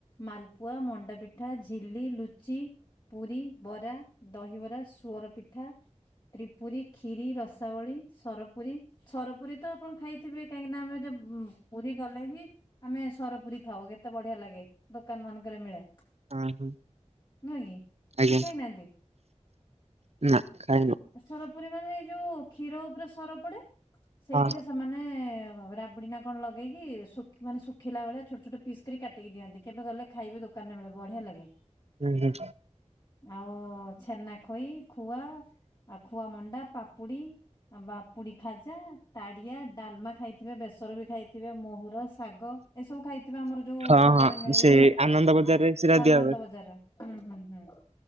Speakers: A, on the left; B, on the right.
A: ମାଲ୍ ପୁଆ, ମଣ୍ଡା ପିଠା, ଝିଲି, ଲୁଚି, ପୁରୀ, ବରା, ଦହିବରା ସୁଅର ପିଠା, ତ୍ରିପୁରୀ, ଖିରି, ରସାବଳି, ସରପୁରୀ ସରପୁରୀତ ଆପଣ ଖାଇଥିବେ--କାହିଁକିନା ଆମେ ଯୋ ବୋ, ବୋ ପୁରୀ ଗଲେହି ଆମେ ସରପୁରୀ ଖାଉ ଏତେ ବଢ଼ିଆ ଲାଗେ। ଦୋକନ୍ ମାନଙ୍କରେ ମିଳେ
B: ହଁ ହଁ
A: ନୁହଁକି
B: ଆଜ୍ଞା
A: ନା ଖାଇନାହାନ୍ତି?
B: ନା ଖାଇନୁ।
A: ସରପରିମାଣ ଏଇ ଯୋଉ କ୍ଷୀର ଉପରେ ସର ପଡ଼େ ସେଇଥିରେ
B: ହଁ
A: ସେ ସେମାନେ ଏ ରାବିଡ୍ ନାକଣ ଲଗେଇକି ସୁଖି ମାନେ ସୁ ଶୁଖିଲା ବେଳେ ଛୋଟ ଛୋଟ ପିସ୍ ଥିରେ କାଟିକି ଦିଅନ୍ତି, କେବେ ଗଲେ ଖାଇବେ ଦୋକାନରେ ମିଳେ ବଢିଆ ଲାଗେ।
B: ଉଁ, ହୁଁ।
A: ଆଉ ଛେନା ଖଇ, ଖୁଆ, ଆଉ ଖୁଆ ମଣ୍ଡା, ପାମ୍ପୁଡ଼ି ଆମ୍ ପୁଡ଼ି ଖାଜା, ତାଡ଼ିଆ, ଡାଲମା, ଖାଇଥିବେ, ବେସରବି ଖାଇଥିବେ, ମହୁୁର ଶାଗ ଏସବୁ ଖାଇଥିବା ଆମର ଯୋଉ
B: ହଁ
A: ଉ ଉ ଭୋଗରେ
B: ହଁ
A: ମିଳେ
B: ସେ
A: ଏଇ ଯୋଉ
B: ଆନନ୍ଦ ବଜାରରେ
A: ଆ
B: ସେଟା
A: ଅନନ୍ଦ
B: ଦିଆ ହୁଏ
A: ବଜାରର। ହୁଁ, ହୁଁ, ହୁଁ,